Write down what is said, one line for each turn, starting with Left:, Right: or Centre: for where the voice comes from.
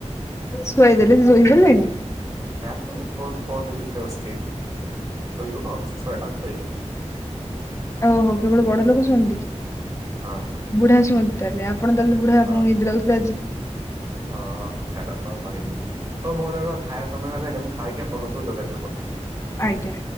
Left: ଶୁଆଇଦେଲେ ଶୋଇପଢିଲେଣି?
Right: ନାଇଁ ନା ମୁଁ ଫୋନ ଫୋନ୍ ରେ ବସିକ ଏଇଠି ଶୋଇବ କଣ ପାଇଁ ଛୁଆଟା ଶୋଇବ
Left: ଓ ହୋ କେବଳ ବଡ ଲୋକ ଶୁଅନ୍ତି?
Right: ହଁ
Left: ବୁଢା ଶୁଅନ୍ତି ତାହେଲେ ଆପଣ ତାହେଲେ ବୁଢା
Right: ହଁ
Left: ଆପଣଙ୍କୁ ନିଦ ଲାଗୁଥିବ ଆଜି।
Right: ହଁ ଛାଡ କଣ କହିବି? ହଁ ମୋର ଖାଇବା ସମୟ ହେଲାଣି ମୁଁ ଖାଇକି ଆପଣଙ୍କୁ ଯୋଗାଯୋଗ କରୁଛି।
Left: ଆଜ୍ଞା।